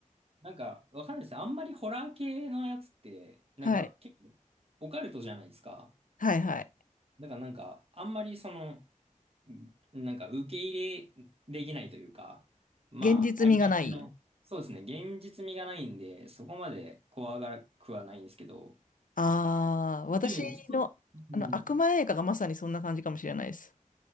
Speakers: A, on the right; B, on the left.
A: なんか、わかんないですね。あんまりホラー系のやつって、なんか、
B: はい、
A: 結構、オカルトじゃないですか。
B: はいはい。
A: だからなんか、あんまりその、なんか受け入れできないというか、まあ、
B: 現実味がない。
A: ありがちの、そうですね、現実味がないんで、そこまで怖がらくはないんですけど、
B: ああ、私の、
A: でも、そ、うん。
B: あの悪魔映画がまさにそんな感じかもしれないです。